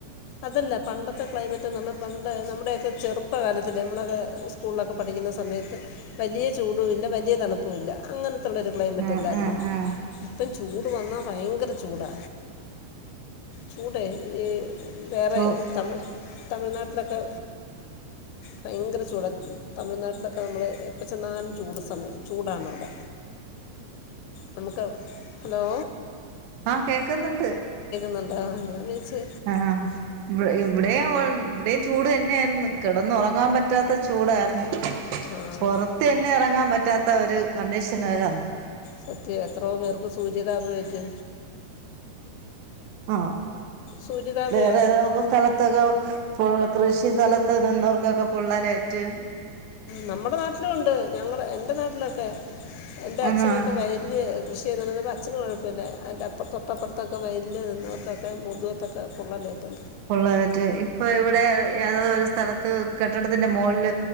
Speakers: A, on the left; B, on the right.
A: അതല്ല പണ്ടത്തെ ക്ലൈമറ്റ്ന്ന് പറഞ്ഞാ പണ്ട് നമ്മുടെയൊക്കെ ചെറുപ്പകാലത്തില് നമ്മളൊക്കെ സ് സ്കൂളിലൊക്കെ പഠിക്കുന്ന സമയത്ത് വലിയ ചൂടു ഇല്ല വലിയ തണുപ്പു ഇല്ല അങ്ങനത്തുള്ളൊരു ക്ലൈ മറ്റല്ലായിരുന്നൊ
B: ആഹ് ആഹ് ആഹ്
A: ഇപ്പം ചൂട് വന്നാ ഭയങ്കര ചൂടാ ചൂടെ ഏ വേറെ
B: ചോ
A: തമിഴ് തമിഴ്നാട്ടിലൊക്കെ ഭയങ്കര ചൂടാണ് തമിഴ്നാട്ടിലൊക്കെ നമ്മൾ എപ്പ ചെന്നാലും ചൂട് സമയ ചൂടാണവിടെ നമ്മക്ക് ഹലോ
B: ആഹ് കേൾക്കുന്നുണ്ട്
A: ന്നുണ്ടോ ഞാൻ വെച്ചെ
B: ആഹ് ഇവിടെയും ഇവിടെയും ചൂട് തന്നെയായിരുന്നു കിടന്ന്‌ ഉറങ്ങാൻ പറ്റാത്ത ചൂടായിരുന്നു
A: ആ
B: പുറത്ത് തന്നെ ഇറങ്ങാൻ പറ്റാത്ത ഒരു കണ്ടീഷൻവരെവന്നു
A: സത്യം എത്രോ പേർക്ക് സൂര്യതാപം ഏറ്റ്
B: ആഹ്
A: സൂര്യതാപമേ
B: വേറെ ഏതോക്ക സ്ഥല ത്തൊക്ക കൃഷി സ്ഥലത്ത് നിന്നവർക്കൊക്കെ പൊള്ളാലേറ്റ്
A: നമ്മുടെ നാട്ടിലു ഉണ്ട് ഞങ്ങളെ എൻ്റെ നാട്ടിലൊക്കെ എൻ്റെ അച്ഛനൊക്കെ
B: ആഹ്
A: വയലില് കൃഷി ചെയ്തുകൊണ്ടിരിന്നപ്പെ അച്ഛന് കുഴപ്പല്ല അതിൻ്റെപ്പറത്ത് തൊട്ടപ്പുറത്തൊക്കെ വയ്ല് നിന്നവർക്കൊക്കെ മുതു- ത്തൊക്കെ പൊള്ളലേറ്റന്ന്
B: പൊള്ളലേറ്റ് ഇപ്പൊ ഇവിടെ ഏത ഒരു സ്ഥലത്ത് കെട്ടിടത്തിന്റെ മുകളില്